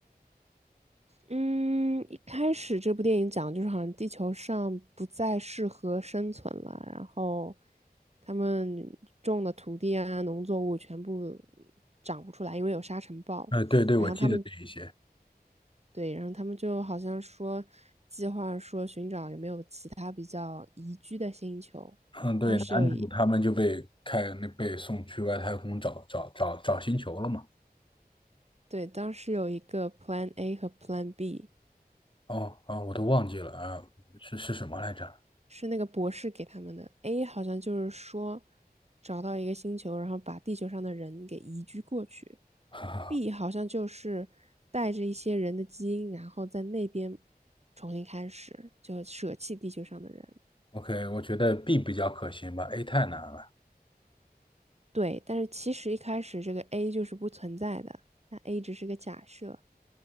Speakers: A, on the right; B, on the left.
A: 嗯，一开始这部电影讲的就是好像地球上不再适合生存了，然后他们种的土地啊、农作物全部长不出来，因为有沙尘暴。
B: 呃，对对，
A: 然后他们
B: 我记得这一些。
A: 对，然后他们就好像说计划说寻找有没有其他比较宜居的星球。
B: 嗯，对，
A: 当时有一
B: 男主他们就被开那被送去外太空找找找找星球了嘛。
A: 对，当时有一个 Plan A 和 Plan B。
B: 哦啊，我都忘记了啊，是是什么来着
A: 是那个博士给他们的。A 好像就是说找到一个星球，然后把地球上的人给移居过去。
B: <laughs> 啊
A: B 好像就是带着一些人的基因，然后在那边重新开始，就舍弃地球上的人。
B: ？OK，我觉得 B 比较可行吧，A 太难了。
A: 对，但是其实一开始这个 A 就是不存在的，那 A 只是个假设。